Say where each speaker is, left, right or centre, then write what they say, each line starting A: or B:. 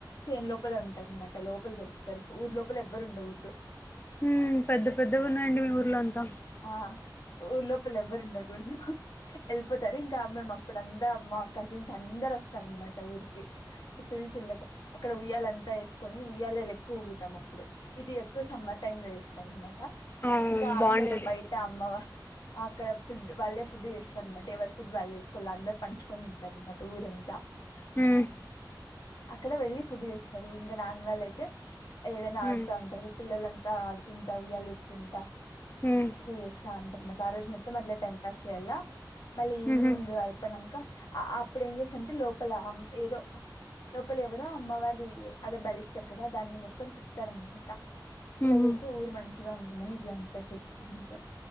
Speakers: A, on the left; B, on the left.
A: చేను లోపలే ఉంటారనమాట లోపలికెళ్ళిపోతారు ఊరు లోపల ఎవ్వరు ఉండకూడదు
B: ఉమ్ పెద్ద పెద్దవి ఉన్నాయండి మీ ఊర్లో అంతా
A: ఆ ఊరు లోపల ఎవ్వరుండ కూడదు ఎళ్ళిపోతారు ఇంకా మేమప్ అప్పుడంతా మా కజిన్స్ అందరు వస్తారనమాట ఊరికి ఫల్ చిల్ అయితం అక్కడ ఉయ్యాల అంతా వేసుకొని ఉయ్యాలలెక్కువ ఊగుతాం అప్పుడు ఇది ఎక్కువ సమ్మర్ టైంలో చేస్తారనమాట
B: ఆ
A: ఇంకా
B: బాగుంటది
A: అక్కడే బయట అమ్మవ అక్కడ ఫుడ్ వాళ్ళే ఫుడ్ చేస్తారనమాట ఎవరి ఫుడ్ వాళ్ళే చేసుకోవాలి అందరు పంచుకొని తింటారనమాట ఊరంతా
B: హ్
A: అక్కడ వెళ్లి ఫుడ్ చేస్తారు ఇంకా రాని వాళ్ళయితే ఏదైనా
B: హ్మ్
A: ఆడుతా ఉంటారు పిల్లలంతా ఆడుకుంటా ఉయ్యాల ఊగుకుంట
B: హ్మ్
A: ఇట్లా చేస్తా ఉంటారన్నమాట ఆ రోజు మొత్తం అట్లా టైం పాస్ చేయాలా మళ్ళీ ఈవినింగ్
B: ఉహు
A: అయిపోయినంకా అప్పుడు ఏం చేస్తారాంటే లోపల ఏదో లోపల ఎవరో అమ్మవారి అదే బలిస్తారు కదా దాన్ని మొత్తం తిప్పుతారనుకుట ఇలా
B: ఉహు
A: చేస్తే ఊరు మంచిగా ఉంటుందని ఇట్లంతా చేస్తా ఉంటారు